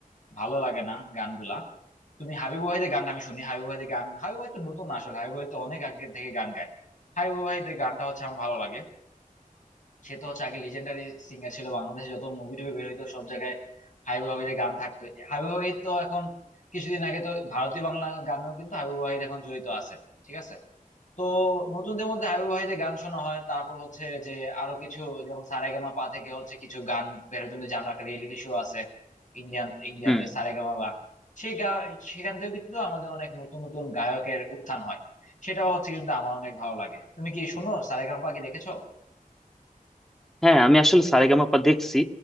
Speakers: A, on the left; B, in the centre.
A: ভালো লাগে না গানগুলা তুমি হাবিব ওয়াহিদের গান আমি শুনি হাবিব ওয়াহিদের গান হাবিব ওয়াহিদ তো নতুন না আসলে হাবিব ওয়াহিদ তো অনেক আগে থেকে গান গায় হাবিব ওয়াহিদের গানটা হচ্ছে আমার ভালো লাগে সে তো হচ্ছে আগে লিজেন্ডারি সিঙ্গার ছিল বাংলাদেশে যত মুভি টুভি বের হইতো সব জায়গায় হাবিব ওয়াহিদের গান থাকতো হাবিব ওয়াহিদ তো এখন কিছুদিন আগে তো ভারতীয় বাংলা গানেও কিন্তু হাবিব ওয়াহিদ এখন জড়িত আছে ঠিক আছে তো নতুনদের মধ্যে হাবিব ওয়াহিদের গান শোনা হয় তারপর হচ্ছে যে আরো কিছু যেমন সারেগামা পা থেকে হচ্ছে কিছু গান বের হয় তুমি জানো একটা রিয়েলিটি শো আছে ইন্ডিয়ান ইন্ডিয়াতে
B: হুম
A: সারেগামা বা সেই গা- সেখান থেকেও কিন্তু আমাদের অনেক নতুন নতুন গায়কের উত্থান হয় সেটাও হচ্ছে কিন্তু আমার অনেক ভালো লাগে তুমি কি শুনো সারেগামা পা কি দেখেছো
B: হ্যাঁ আমি আসলে সারেগামাপা দেখছি